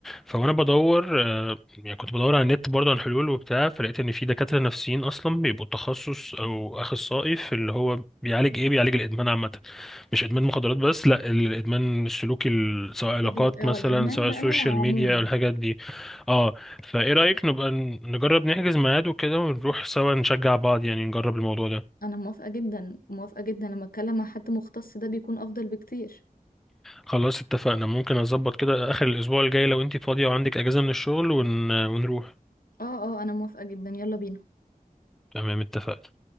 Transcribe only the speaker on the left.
الدو- اه
الادمان
بانواعه
عموما
انا موافقة جدا موافقة جدا لما اتكلم مع حد مختص ده بيكون افضل بكتير
اه اه انا موافقة جدا يلا بينا